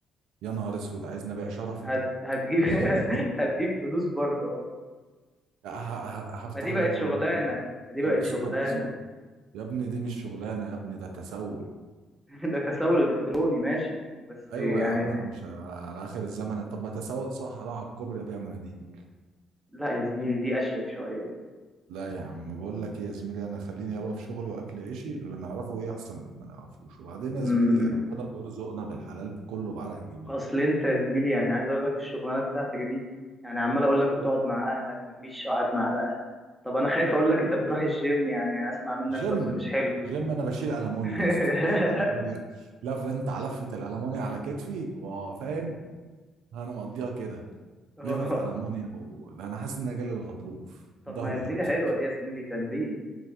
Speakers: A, on the right; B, in the centre.
A: يا نهار اسود عايز نبيع شرفي
B: هت... هتجيب <laughs>
A: <laughs>
B: هتجيب فلوس برضه اهو
A: ه- ه- هفتح
B: ما دي بقت
A: لايف اقول
B: شغلانه
A: لهم
B: ما دي بقت
A: كبسوا
B: شغلانه
A: كبسوا يا ابني دي مش شغلانه يا ابني ده تسول
B: <laughs> ده تسول الكتروني ماشي بس
A: ايوه
B: يعني
A: يا عم انا مش على على اخر الزمن طب ما تسول صح اروح على الكوبري ابيع مناديل
B: لا يا زميلي دي اشيك شويه
A: لا يا عم بقول لك ايه يا زميلي انا خليني يابا في شغلي واكل عيشي اللي نعرفه ايه احسن من اللي ما نعرفوش وبعدين يا
B: امم
A: زميلي ربنا بيرزقنا بالحلال كله بعرق جبيني
B: اصل انت يا زميلي يعني عايز اقول لك الشغلانه بتاعتك دي يعني عمال اقول لك بتقعد مع اهلك مفيش قعد مع الاهل طب انا خايف اقول لك انت بتروح الجيم يعني هسمع منك
A: جيم
B: لفظ مش حلو
A: جيم انا بشيل المونيا
B: <laughs>
A: يا اسطى بشيل المونيا لف انت على لفه الالمونيا على كتفي وفاهم انا مقضيها كده
B: اه
A: لفه في المونيا و... انا حاسس ان انا جالي الغضروف
B: طب
A: ظهري
B: ما يا زميلي
A: قتب
B: حلوة دي يا زميلي تمرين